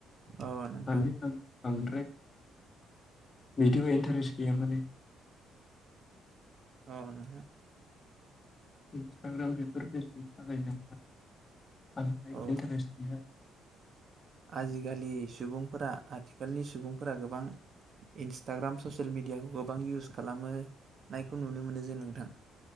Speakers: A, on the right (about 50°); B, on the left (about 35°).
A: अ नोंथां
B: माने आं बांद्राय बिदिबो इन्टारेस्ट गैया माने।
A: ओ नोंथां।
B: इन्सटाग्राम बेफोर फेसबुक सालायनोबो इन्टारेस्ट
A: औ
B: गैया।
A: आजिखालि सुबुंफोरा आथिखालनि सुबुंफोरा गोबां इन्सटाग्राम ससियेल मिडियाखौ गोबां इउस खालामो। नायखौ नुनो मोनो जों नोंथां।